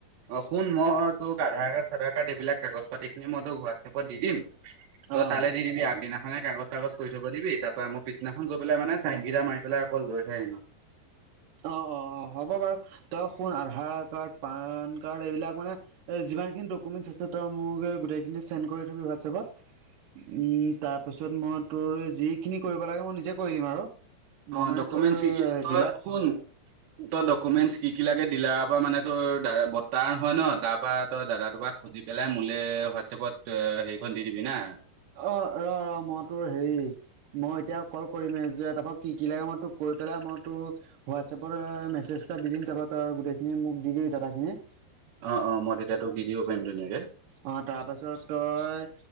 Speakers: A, on the right (about 80°); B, on the right (about 65°).
A: অ'! শুন, মই তোক, আধাৰ কাৰ্ড-চাধাৰ কাৰ্ড এইবিলাক, কাগজ-পাতি খিনি মই তোক, হোৱাটছএপত দি দিম। তই
B: অ',
A: তালে দি দিবি আগদিনাখনে। কাগজ-চাগজ কৰি ল'ব দিবি। তাৰপৰা, মই পিছদিনাখন গৈ পেলাই মানে, চাইন কেইটা মাৰি পেলাই, অকল লৈহে আহিম আৰু।
B: অ' অ' অ'! হ'ব বাৰু। তই শুন? আধাৰ কাৰ্ড- পান কাৰ্ড, এইবিলাক মানে, এ, যিমানখিনি ডকুমেন্টছ আছে, তই মোৰলে গোটেইখিনি, চেণ্ড কৰি দিবি হোৱাটছএপত। উম, তাৰপাছত মই তোৰ, যিখিনি কৰিব লাগে, মই নিজে কৰি দিম আৰু। মই
A: অ'!
B: মানে
A: ডকুমেন্টছ
B: তোৰ
A: কি-শকি, তই
B: ডিলাৰ
A: শুন? তই ডকুমেন্টছ কি কি লাগে, ডিলাৰ পৰা মানে, তোৰ দাদা, বৰ্তা হয় ন'? তাৰপৰা, তই দাদাটোৰ পৰা খুজি পেলাই, মোলে হোৱাটছএপত তই সেৰিখন দি দিবি হা।
B: অ'! ৰ'-ৰ' মই তোৰ সেৰি, মই এতিয়া, ক'ল কৰিমহে। যে, তাৰপৰা কি কি লাগে, মই তোক কৈ পেলাই, মই তোক, হোৱাটছএপত মেছেজ এটা দিম। তাৰপা, তই গোটেইখিনি মোক দি দিবি ডাটাখিনি।
A: অ' অ'! মই তেতিয়া তোক, দি দিব পাৰিম ধুনীয়াকে।
B: অ'! তাৰপাছত তই,